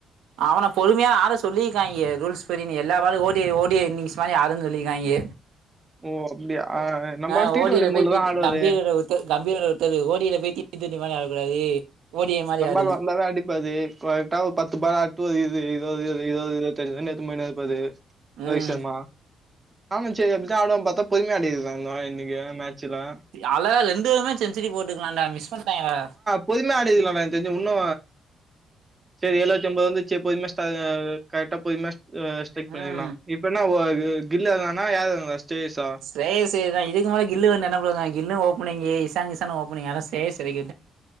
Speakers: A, on the right; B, on the right.
A: அவன பொறுமையா ஆட சொல்லிருக்காய்ங்க ரூல்ஸ் படி நீ எல்லா பாலும் ஓடி ஓடி இன்னிங்ஸ் மாரி ஆடுன்னு சொல்லிருக்காய்ங்க
B: ஓ அப்படியா
A: ஓ
B: நம்மால்
A: ஆஹ்
B: டி
A: ஓடிற
B: டுவெண்ட்டி மோட்ல
A: போயி
B: தான் ஆடுவாரு
A: கம்பீர கம்பீர போய் ஒருத்தரு போய் தீர் துண்டி மாதிரி ஆடக்கூடாது ஓடி ஏ மாரி
B: நம்மாள்
A: ஆடுன்னு
B: வந்தாவே அடிப்பாரு கரெக்டா ஒரு பத்து பாலு ஒரு இருபது இருபது இருபத்திஞ்சுத்து ரன் எடுத்னு போயிட் இருப்பாரு
A: ம்
B: ரோஹித் சர்மா ஆமா சரி அப்டிதா ஆடுவானு பாத்தா பொறுமயா ஆடியதுன்ந்தா இன்னைக்கு மேட்சல
A: அழகா ரெண்டு பேருமே சென்ச்சுரி போட்டுக்கலான்டா மிஸ் பண்டாங்டா
B: பொருமையா ஆடிதுக்கலாடா தெஞ்சு இன்னு சரி எழுுவத்தி ஐம்பது வந்து ச பொதுமயா கரெக்டா பொதுமைய செக் பண்ணிக்கலாம்
A: ம்
B: இப்பனா கில்னாயதுா ஸ்டேஸா
A: சேரி சேரிதா இதுக்குமேல கில்லு வந்து எண்ண பண்றா கில்லு ஓப்பனிங்க இசாங்சான ஓப்பனிங்க சே சேரி